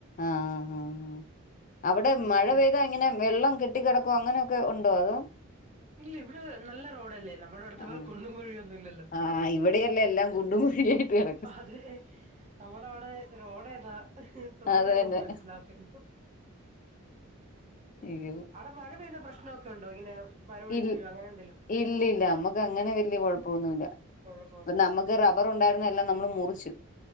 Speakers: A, on the left; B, on the right.
A: ആഹ് ആഹ് ആഹ് ആഹ് അവിടെ
B: നല്ല
A: മഴ
B: തരി
A: പെയ്താ എ ങ്ങനെ വെള്ളം കെട്ടികെടക്കോ അങ്ങനെയൊക്കെ ഉണ്ടോ അതോ
B: ഇല്ല ഇവിടെ നല്ല റോഡല്ലേ എല്ലാം നമ്മളെ അവിട്ത്തെ
A: ആഹ്
B: പോലെ കുണ്ടും കുഴിയൊന്നു ഇല്ലല്ലോ
A: ആഹ് ഇവിടെയല്ല എല്ലാം കുണ്ടും കുഴിയായിട്ട് കിടക്കും
B: അഹ് അതെ നമ്മടെ അവ്ടെ റോഡേതാ തോടേതാന്ന്
A: അത് തന്നെ
B: മനസ്സിലാവത്തില്ല
A: അയ്യോ
B: അവ്ടെ മഴ പെയ്ത പ്രശ്ന ഒക്കെ ഉണ്ടോ ഇങ്ങനെ മരം ഒടിഞ്ഞു
A: ഇൽ
B: വീഴോ അങ്ങനെ എന്തേലും
A: ഇല്ല ഇല്ല നമ്മക്ക് അങ്ങനെ വെല്ല്യെ കൊഴപ്പൊന്നു ഇല്ല
B: കുഴപ്പമൊന്നുമില്ല
A: ഒര് നമ്മക്ക് റബ്ബർ ഉണ്ടായിര് ന്നെ എല്ലാം നമ്മള് മുറിച്ചു